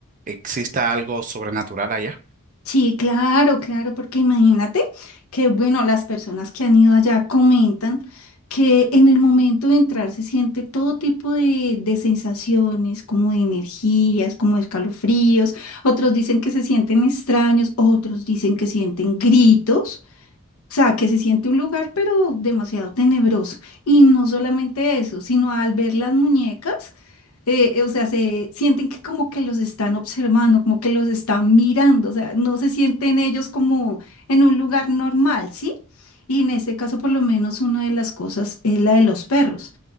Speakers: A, on the right; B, on the left.
A: exista algo sobrenatural allá?
B: Sí, claro, claro, porque imagínate que, bueno, las personas que han ido allá comentan que en el momento de entrar se siente todo tipo de, de sensaciones, como de energías, como escalofríos, otros dicen que se sienten extraños, otros dicen que sienten gritos, o sea, que se siente un lugar pero demasiado tenebroso. Y no solamente eso, sino al ver las muñecas eh, eh, o sea, se sienten que como que los están observando, como que los están mirando, o sea, no se sienten ellos como en un lugar normal, ¿sí? Y en este caso, por lo menos, una de las cosas es la de los perros.